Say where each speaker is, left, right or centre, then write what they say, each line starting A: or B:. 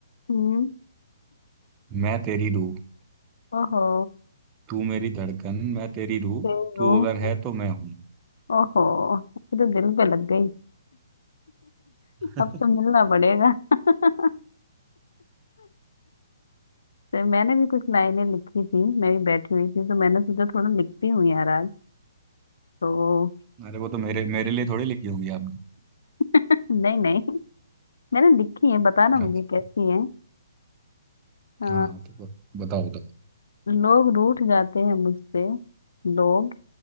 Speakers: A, on the left; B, on the right.
A: हम्म
B: मैं तेरी रूह
A: ओहो
B: तू मेरी धड़कन मैं तेरी रूह
A: देखो
B: तू अगर है तो मैं हूँ
A: ओहो ये तो दिल पे लग गई
B: <laughs>
A: अब तो मिलना पड़ेगा <laughs> तो मैंने भी कुछ लाइनें लिखी थी मैं भी बैठी हुई थी तो मैंने सोचा थोड़ा लिखती हूँ यार आज तो
B: अरे वो तो मेरे मेरे लिए थोड़ी लिखी होगी आपने
A: <laughs> नहीं नहीं मैंने लिखी है बताना मुझे
B: अच्छा
A: कैसी है आ,
B: हाँ तो ब- बताओ बताओ
A: लोग रूठ जाते हैं मुझसे लोग